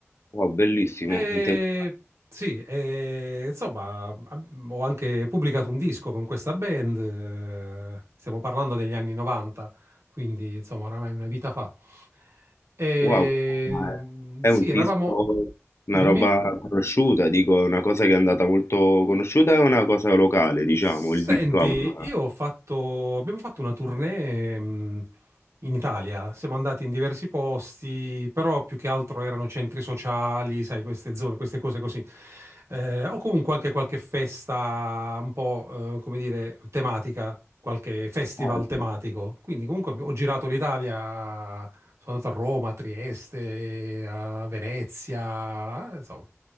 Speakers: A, on the left; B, on the right.
A: Wow, bellissimo,
B: E
A: interessante.
B: sì, e, insomma, ab- ho anche pubblicato un disco con questa band, eh, stiamo parlando degli anni 90, quindi insomma, oramai una vita fa. E,
A: Wow, ma è
B: sì,
A: è un
B: eravamo...
A: disco,
B: Dimmi.
A: una roba conosciuta, dico, una cosa che è andata molto conosciuta, è una cosa locale, diciamo,
B: Senti,
A: il disco. a-
B: io ho fatto, abbiamo fatto una tournée, ehm, in Italia, siamo andati in diversi posti, però più che altro erano centri sociali, sai, queste zone, queste cose così. Eh, o comunque anche qualche festa un po', eh, come dire, tematica, qualche festival
A: Ah, ecco.
B: tematico. Quindi comunque ho girato l'Italia, sono andato a Roma, a Trieste, a Venezia, eh, insomma,